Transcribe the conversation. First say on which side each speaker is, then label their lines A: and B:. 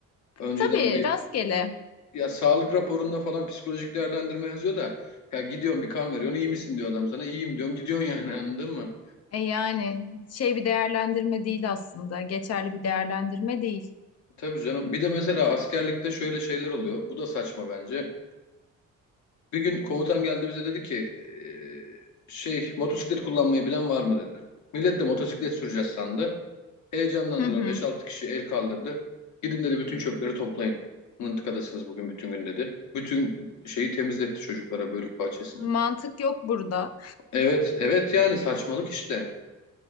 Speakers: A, on the left; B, on the left.
A: Önceden
B: Tabii
A: bir
B: rastgele.
A: ya sağlık raporunda falan psikolojik değerlendirme yazıyor da ya gidiyorsun bir kan veriyorsun iyi misin diyor adam sana iyiyim diyorsun gidiyorsun yani <laughs> anladın mı?
B: E yani şey bir değerlendirme değil aslında. Geçerli bir değerlendirme değil.
A: Tabii canım. Bir de mesela askerlikte şöyle şeyler oluyor. Bu da saçma bence. Bir gün komutan geldi bize dedi ki eee, şey motosiklet kullanmayı bilen var mı dedi. Millet de motosiklet süreceğiz sandı. Heyecanlandılar
B: Hı hı.
A: beş altı kişi el kaldırdı. Gidin dedi bütün çöpleri toplayın. Mıntıkadasınız bugün bütün gün dedi. Bütün şeyi temizletti çocuklara bölük bahçesini.
B: Mantık yok burada.
A: Evet, evet yani saçmalık işte.